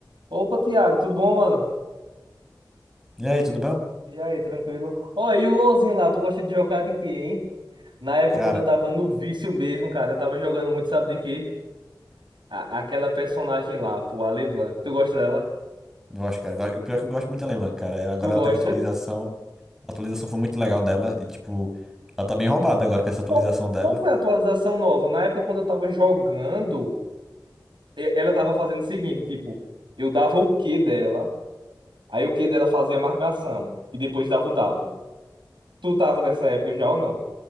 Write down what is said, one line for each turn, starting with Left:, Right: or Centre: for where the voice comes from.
Right: Opa, Thiago, tudo bom, mano?
Centre: E aí, tudo bem?
Right: E aí, tranquilo? Ó, e o LoLzinho lá, tu gosta de jogar de quê, hein? Na época,
Centre: Cara,
Right: quando eu tava no vício mesmo, cara, eu tava jogando muito, sabe de quê? A- aquela personagem lá, pô, a LeBlanc. Tu gosta dela?
Centre: gosto, cara. Gosto- O pior é que eu gosto muito da Leblanc, cara. É, Agora
Right: Tu gosta?
Centre: ela teve atualização. A atualização foi muito legal dela. E, tipo, ela tá bem roubada
Right: Qual,
Centre: agora com essa atualização
Right: qual,
Centre: dela.
Right: qual foi a atualização nova? Na época, quando eu tava jogando, e- ela tava fazendo o seguinte, tipo, eu dava o Q dela, aí o Q dela fazia marcação, e depois dava o W. Tu tava nessa época já ou não?